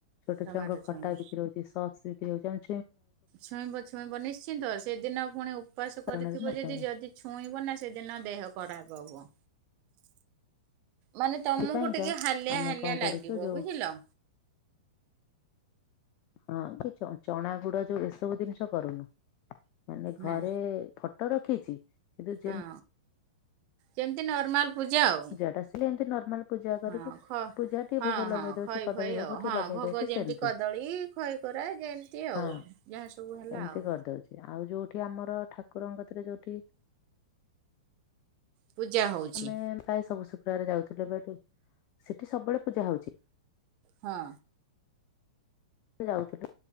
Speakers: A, on the left (about 40°); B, on the right (about 45°).
A: ଛୋଟ
B: ଟମାଟୋ
A: ଛୁଆଙ୍କ
B: ଛୁଇଁବ।
A: ଖଟା ବିକ୍ରି ହଉଛି ସସ୍ ବିକ୍ରି ହଉଛି ଆମ
B: ଛୁଇଁବ ଛୁଇଁବ ନିଶ୍ଚିନ୍ତ ସେଦିନ ପୁଣି ଉପାସ
A: ଦୋକାନରେ
B: କରିଥିବ
A: ନା
B: ଯଦି
A: ପାଇଁ
B: ଯଦି ଛୁଇଁବନା ସେଦିନ ଦେହ ଖରାପ ହବ। ମାନେ ତମକୁ
A: ସେଥିପାଇଁକା
B: ଟିକେ ହାଲିଆ
A: ଆମେ
B: ହାଲିଆ
A: କଣ କରୁଛୁ
B: ଲାଗିବ
A: ଯୋଉ
B: ବୁଝିଲ।
A: ହଁ କି ଚ ଚଣା ଗୁଡ ଯୋଉ ଏସବୁ ଜିନିଷ କରୁନୁ ମାନେ ଘରେ
B: ନା
A: ଫ ଫଟ ରଖିଛି। କିନ୍ତୁ ଯେମିତି
B: ହଁ ଯେମିତି ନର୍ମାଲ ପୂଜା ଆଉ।
A: ପୂଜା ଟା ଆସିଲେ ଏମିତି ନର୍ମାଲ ପୂଜା କରିକି
B: ହଁ ଖ
A: ପୂଜା ଟିକେ
B: ହଁ
A: ଭୋଗ ଲଗେଇ
B: ହଁ
A: ଦଉଛି
B: ଖଇ
A: କଦଳୀ
B: ଫଇ
A: ଭୋଗ
B: ଆଉ
A: ଟିକେ
B: ହଁ
A: ଲଗେଇ
B: ଭୋଗ
A: ଦଉଛି
B: ଯେମିତି
A: ସେମ ତି
B: କଦଳୀ ଖଇ କୋରା ଯେମିତି ଆଉ।
A: ହଁ
B: ଯାହା ସବୁ ହେଲା
A: ଏମିତି
B: ଆଉ
A: କରିଦଉଛି ଆଉ ଯୋଉଠି ଆମର ଠା କୁରଙ୍କ କତିରେ ଯୋଉଠି
B: ପୂଜା ହଉଛି
A: ଆମେ ପ୍ରାୟ ସବୁ ଶୁକ୍ରବାରେ ଯାଉଥିଲୁ ଏବେ ଏଠି ସେଠି ସବୁବେଳେ ପୂଜା ହଉଛି।
B: ହଁ।
A: ଯାଉଥିଲୁ